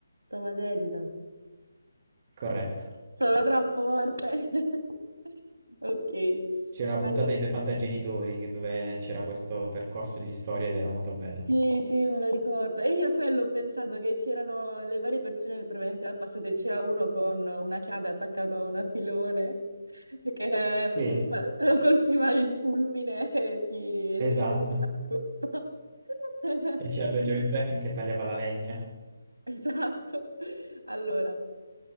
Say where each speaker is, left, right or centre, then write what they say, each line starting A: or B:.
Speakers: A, on the right (about 75°); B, on the right (about 30°).
A: Thomas Edison.
B: Corretto.
A: Sono troppo forte. <laughs> Ok.
B: C'era una
A: Allora,
B: puntata di Due Fantagenitori che- dove c'era questo percorso di storia ed era molto bella.
A: sì, sì, me lo ricordo. E io a quello ho pensato che c'erano le varie persone provenienti dal passato e c'era uno con una chiave attaccata a un aquilone <laughs> che
B: Sì,
A: ehm, pa- lo colpiva il fulmine e si,
B: esatto.
A: si elettrificava tutto. <laughs>
B: E c'era Benjamin Franklin che tagliava la legna.
A: <laughs> Esatto. Allora,